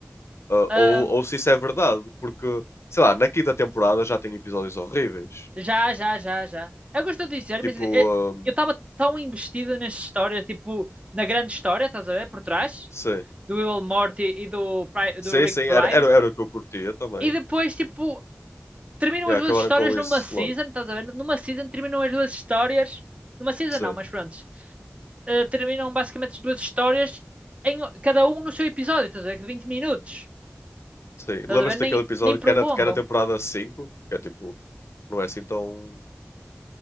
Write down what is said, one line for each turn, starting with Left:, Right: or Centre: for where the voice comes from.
Left: Uh,
Right: Ahm,
Left: ou, ou se isso é verdade, porque, sei lá, na quinta temporada já tem episódios horríveis.
Right: Já, já, já, já. Eu gosto de dizer,
Left: Tipo,
Right: mas eh,
Left: um,
Right: eu estava tão investido nessa história, tipo, na grande história, estás a ver, por trás,
Left: sim,
Right: do Will Morty e do, Pri-
Left: sim,
Right: do Rick
Left: sim,
Right: Prime,
Left: era, era, era o que eu curtia também.
Right: e depois,
Left: E
Right: tipo, terminam
Left: yeah,
Right: as duas
Left: acabaram
Right: histórias
Left: com
Right: numa
Left: isso
Right: season,
Left: logo.
Right: estás a ver? Numa season terminam as duas histórias, numa season
Left: Sim,
Right: não, mas pronto, Eh, terminam basicamente as duas histórias, em cada um no seu episódio, estás a ver, de 20 minutos,
Left: sim.
Right: estás
Left: Lembras-te
Right: a ver? Nem,
Left: daquele episódio
Right: nem prolongam.
Left: que é na, que é na temporada 5 que é tipo, não é assim tão,